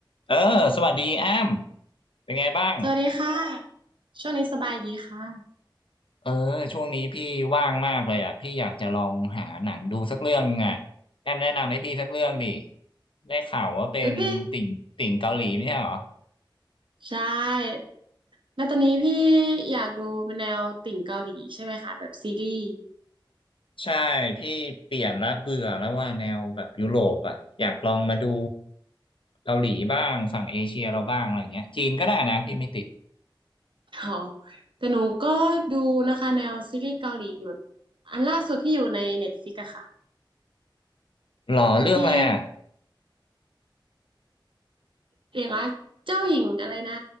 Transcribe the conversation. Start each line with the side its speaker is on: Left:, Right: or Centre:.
Left: เออสวัสดีแอมเป็นไงบ้าง
Right: สวัสดีค่ะช่วงนี้สบายดีค่ะ
Left: เออช่วงนี้พี่ว่างมากเลยอ่ะพี่อยากจะลองหาหนังดูสักเรื่องอ่ะแอมแนะนำให้พี่สักเรื่องดิได้ข่าวว่าเป็นติ่งติ่งเกาหลีไม่ใช่เหรอ
Right: แล้วพี่ใช่แล้วตอนนี้พี่อยากดูแนวติ่งเกาหลีใช่ไหมคะแบบซีรีส์
Left: ใช่พี่เปลี่ยนละเบื่อแล้วว่าแนวแบบยุโรปอ่ะอยากลองมาดูเกาหลีบ้างฝั่งเอเชียเราบ้างอะไรเงี้ยจีนก็ได้นะพี่ไม่ติด
Right: อ๋อแต่หนูก็ดูนะคะแนวซีรีส์เกาหลีแบบอันล่าสุดที่อยู่ในเน็ตฟ i ิกอะค่ะ
Left: หรอเรื่องอะไรอ่ะ
Right: พี่เรียกว่าเจ้าหญิงอะไรนะ